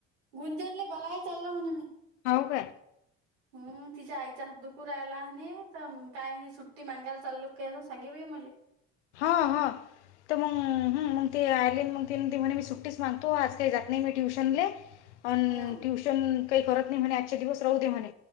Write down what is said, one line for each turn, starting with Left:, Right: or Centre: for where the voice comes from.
Right: गुंजनले बलायला चाल म्हणे मी
Left: हो का
Right: हम तिच्या आईचा हात दुकू राहिला तर काय आहे सुट्टी मागायला चाल्लुक कायं सांगे बाई मला
Left: हा, हा. तर मग, मग ते आले मग ते म्हने मी सुट्टीच मागतो, आज काही जात नाही मी ट्युशनले. ह <unintelligible> पण
Right: हम्म
Left: ट्युशन काही करत नाही म्हणे. आजच्या दिवस राहते म्हणे.